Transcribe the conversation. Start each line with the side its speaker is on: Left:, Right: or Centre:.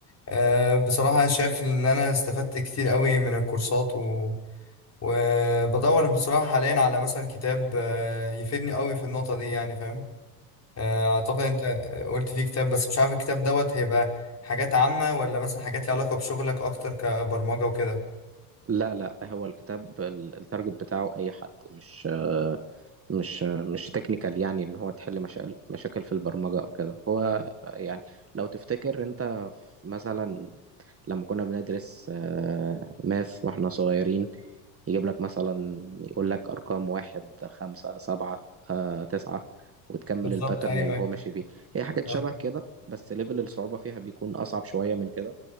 Left: أه بصراحة أنا شايف إن أنا استفدت كتير قوي من الكورسات و... وبدور بصراحة حاليا على مثلا كتاب أه يفيدني قوي في النقطة دي يعني فاهم أه أعتقد أنت قلت فيه كتاب بس مش عارف الكتاب دوت هيبقى حاجات عامة ولا مثلا حاجات ليها علاقة بشغلك أكتر كبرمجة وكده
Right: لا لا هو الكتاب ال- التارجت بتاعه اي حد مش آه، مش آه، مش تكنيكال يعني ان هو تحل مشاكل مشاكل في البرمجه او كده هو آه، يعني لو تفتكر انت في- مثلا لما كنا بندرس ماث واحنا صغيرين يجيب لك مثلا يقول لك أرقام واحد خمسة سبعة آه، تسعة وتكمل
Left: بالظبط
Right: الباترن
Left: أيوه
Right: اللي
Left: أيوه
Right: هو ماشي بيه هي حاجات
Left: آه،
Right: شبه كده بس ليفل الصعوبة فيها بيكون أصعب شوية من كده